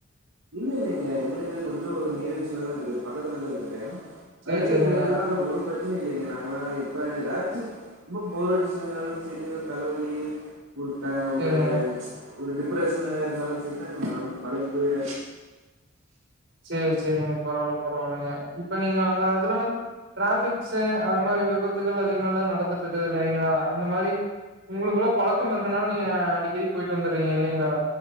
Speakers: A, on the right (about 75°); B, on the right (about 60°).
A: இல்ல இல்லலைங்க எங்களுக்கு கொஞ்சோ ஒரு நேரழ்ச்சியில தா இருக்குது பக்கத்துலதா இருக்குது
B: சேரி
A: அதனால
B: சேரிங்க
A: எங்களுக்கெல்லா ஒரு பிரச்சனையு இல்லிங்க நாங்கல்லா எப்ப எதாச்சு ரொம்ப போரடிச்சிதுனாலு செரி இல்ல தலவலி ஒருத்த ஒரு
B: சேரிங்க
A: ஒரு டிப்ரஷன் இருந்தாலு சரி அந்த மலைக்கி போய்
B: சேர் சேரிங்க பரவால்ல பரவால்லங்க இப்ப நீங்க அங்க அதுல வந் ட்ராபிக்ஸு அந்த மாரி விபத்துகள் அதிகமால்லா நடந்துட்ருக்குது இல்லைங்களா அந்த மாரி உங்களுக்குலா பழக்கம் இருக்கனால நீங்க அடிக்கடி போயிட்டு வந்துறீங்க இல்லைங்களா